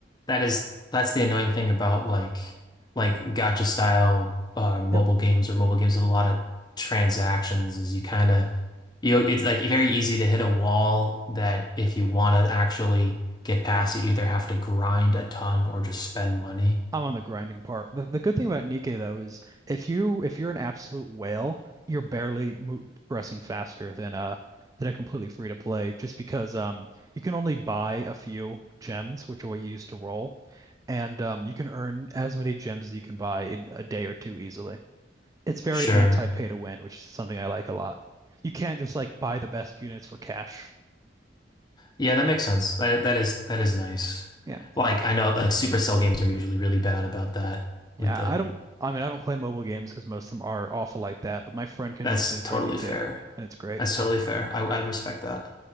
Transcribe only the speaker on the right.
Yep,
I'm on the grinding part. The, the good thing about Nikkei though is if you if you're an absolute whale, you're barely mo progressing faster than uh than a completely free to play just because um you can only buy a few gems, which are what you use to roll, and um you can earn as many gems as you can buy in a day or two easily. it's very
anti-pay to win, which is something I like a lot. You can't just like buy the best units for cash.
Yeah.
Yeah,
I don't I mean I don't play mobile games because most of them are awful like that, but my friend convinced
me to
try Nikkei
and it's great.